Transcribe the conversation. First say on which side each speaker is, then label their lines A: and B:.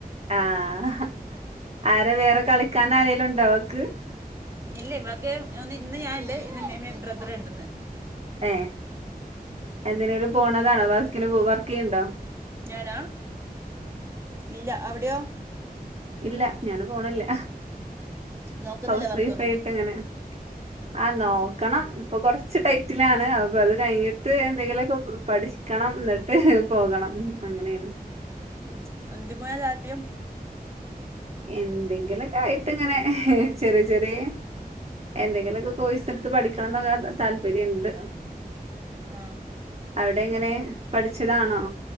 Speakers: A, on the right (about 40°); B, on the right (about 15°).
A: ആഹ്. ആരെ വേറെ കളിക്കാനാരേലുണ്ടോ ഓക്ക്?
B: ഇല്ല. വക്ക് ന്ന് ഇന്ന് ഞാൻ ഇണ്ട്. <unintelligible> ബ്രദർ ണ്ട്ന്ന്.
A: ഏഹ്. എന്തിനേലും പോണതാണോ? വർക്കിന് വർക്കെയ്യ്ണ്ടോ?
B: ഞാനാ. ഇല്ല അവിട്യോ?
A: ഇല്ല. ഞാനും പോണില്ല.
B: നോക്കുന്നില്ല
A: ഹൗസ്
B: വർക്കൊന്നും
A: വൈഫായിട്ടങ്ങനെ. ആഹ് നോക്കണം. പ്പൊ കൊറച്ച് ടൈറ്റിലാണ്. അപ്പൊ അത് കയ്ഞ്ഞ്ട്ട് എന്തെങ്കിലൊക്കെ പഠിക്കണം. ന്നട്ട് പോകണം. അങ്ങനേണ്.
B: ഉം. എന്തിന് പോവാന താല്പര്യം
A: എന്തെങ്കിലൊക്കായിട്ട്ങ്ങനെ. ചെറ്യേ ചെറ്യേ. എന്തെങ്കിലൊക്കെ കോയ്സ്ട്ത്ത് പഠിക്കണന്നൊക്കെ താല്പര്യണ്ട്.
B: ആഹ്.
A: അവിടെങ്ങനെ? പഠിച്ചതാണോ?